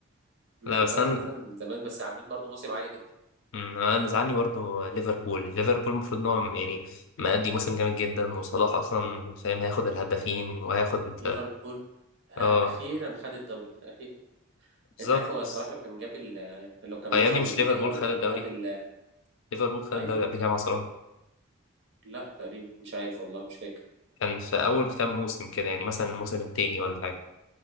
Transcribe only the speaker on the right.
بيشوفوا
اساسا زمان بس عاملين برضو موسم عالي جدا
ليفربول آه،
اخيرا خد الدوري اخيرا
انت عارف هو صلاح لو كان جاب ال- لو كان وصل
للنهائي
او
كان
خد ال...
ايوه
لا تقريبا مش عارف والله مش فاكر